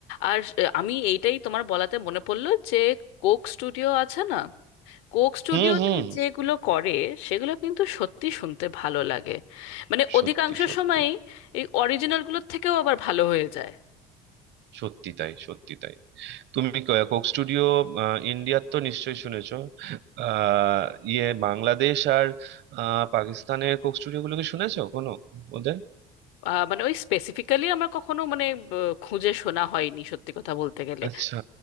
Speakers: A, on the left; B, on the right.
A: আর আহ, আমি এইটাই তোমার বলাতে মনে পড়লো যে কোক স্টুডিও আছে না কোক স্টুডিওতে
B: হুম হুম
A: যেগুলো করে সেগুলো কিন্তু সত্যি শুনতে ভালো লাগে মানে অধিকাংশ
B: সত্যি সত্যি
A: সময়ই এই অরিজিনালগুলোর থেকেও আবার ভালো হয়ে যায়
B: সত্যি তাই সত্যি তাই তুমি ক- কোক স্টুডিও আহ, ইন্ডিয়ার তো নিশ্চয়ই শুনেছো আহ ইয়ে বাংলাদেশ আর আহ, পাকিস্তানের কোক স্টুডিও গুলোকে শুনেছো কোনো ওদের
A: আহ, মানে ওই স্পেসিফিক্যালি আমার কখনো মানে আহ, খুঁজে শোনা হয়নি সত্যি কথা বলতে গেলে
B: আচ্ছা